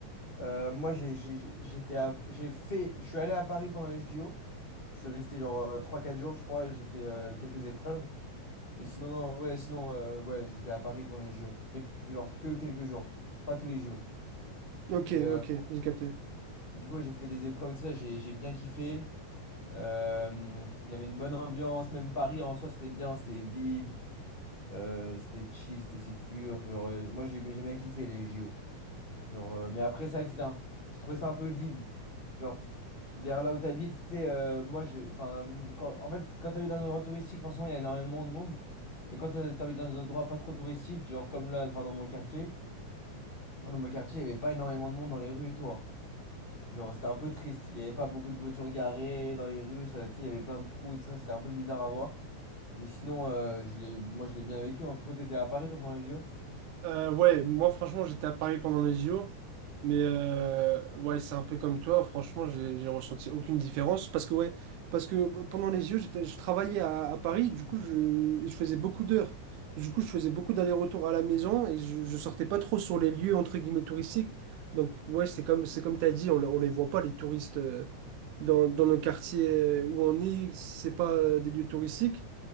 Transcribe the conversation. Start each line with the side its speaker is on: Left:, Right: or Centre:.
Left: Euh, moi, j'ai, j'ai- j'étais à- j'ai fait, je suis allé à Paris pendant les JO. Je suis resté genre euh, 3-4 jours, je crois. J'ai fait euh, quelques épreuves. Mais sinon, non, ouais, sinon, euh, ouais, j'étais à Paris pendant les JO. Mais genre que quelques jours, pas tous les JO.
Right: Ok,
Left: Et, euh,
Right: ok, j'ai capté.
Left: et du coup, ouais, j'ai fait des épreuves et tout ça. J'ai j'ai bien kiffé. Euh, il y avait une bonne ambiance, même Paris en soi c'était bien, c'était vide, euh, c'était chill, c'était sécure. Genre, euh, moi j'ai j'ai bien kiffé les JO. Genre, euh, mais après, c'est vrai que c'était un- j'ai trouvé ça un peu vide. Genre, vers là où t'habites, tu sais, euh, moi j'ai. Enfin, quand- en fait, quand t'habites dans un endroit touristique, forcément il y a énormément de monde. Mais quand t'ha- t'habites dans un endroit pas trop touristique, genre comme là, enfin dans mon quartier, moi, dans mon quartier il y avait pas énormément de monde dans les rues et tout. hein. Genre, c'était un peu triste. Il n'y avait pas beaucoup de voitures garées dans les rues. ça- Tu sais, il y avait plein de trous et tout ça. C'était un peu bizarre à voir. Mais sinon, euh, je l'ai, moi, je l'ai bien vécu. En tout cas, tu étais à Paris, toi, pendant les JO.
Right: Euh, ouais, moi franchement j'étais à Paris pendant les JO, mais euh, ouais c'est un peu comme toi, franchement j'ai j'ai ressenti aucune différence parce que ouais, parce que p- pendant les JO j'étais, je travaillais à, à Paris, du coup je, je faisais beaucoup d'heures, du coup je faisais beaucoup d'allers-retours à la maison et je, je sortais pas trop sur les lieux entre guillemets touristiques, donc ouais c'est comme c'est comme t'as dit, on, le- on les voit pas les touristes euh, dans, dans nos quartiers euh, où on est, c'est pas euh, des lieux touristiques.